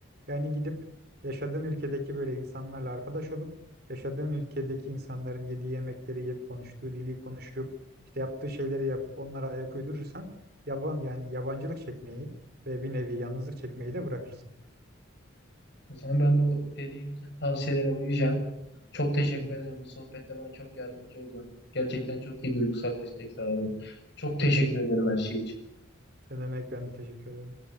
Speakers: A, on the right; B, on the left.
A: Yani gidip yaşadığın ülkedeki böyle insanlarla arkadaş olup yaşadığın ülkedeki insanların yediği yemekleri yiyip konuştuğu dili konuşup işte yaptığı şeyleri yapıp onlara ayak uydurursan yaban yani yabancılık çekmeyi ve bir nevi yalnızlık çekmeyi de bırakırsın.
B: O zaman ben bu dediğim bütün tavsiyelere uyacağım. Çok teşekkür
A: Hı hı.
B: ederim. Bu sohbette bana çok yardımcı oldun. Gerçekten çok iyi duygusal destek sağladın. Çok teşekkür ederim her şey için.
A: Ne demek ben de teşekkür ederim.